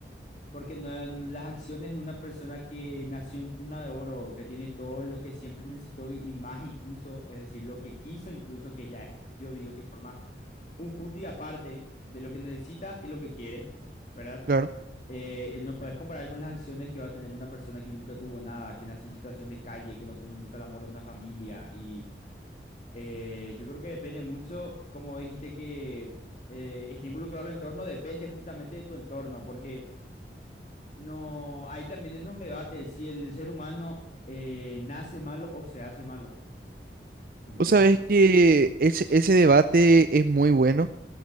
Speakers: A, on the left; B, on the right.
A: Porque no, no- las acciones de una persona que nació en cuna de oro, que tiene todo lo que siempre necesitó y, y más incluso, es decir, lo que quiso incluso, que ya es, yo digo que forma un punto y aparte de lo que necesita y lo que quiere, ¿verdad?
B: Claro.
A: Eh, no puedes comparar con las acciones que va a tener una persona que nunca tuvo nada, que nació en situación de calle, que no tuvo nunca el amor de una familia y eh, yo creo que depende mucho, como dijiste que eh, esté involucrado el entorno, depende justamente de tu entorno, porque no, ahí también entra un debate si el ser humano eh, nace malo o se hace malo, ¿entendés?
B: Vos sabés que ese, ese debate es muy bueno.